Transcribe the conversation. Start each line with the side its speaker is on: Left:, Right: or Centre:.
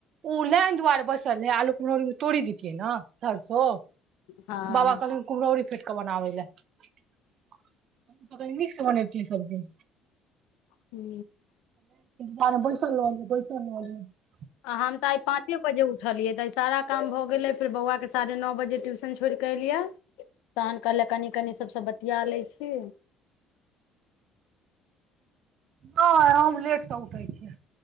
Right: ओ लेईन दुआर बसल आलू ओर तोड़ दैतियै ने सरसो
Left: ह
Right: बाबा कालीम कुमराावरी फिटक बनाबै ल त तऽ कहहि कि सबबजी
Left: हू
Right: बारे मे बेएसल रहलो बेएसललो ब <unintelligible>
Left: आ हम तऽ आइ पाँचे बजे उठलियै तऽ सारा काम भऽ गेलै फेर बौआके साढ़े नओ बजे ट्यूशन छोड़ कऽ एलियै शान क ल कनी कनि सबसँ बतिया लै छी
Right: नहि हम लेटसँ उठै छियै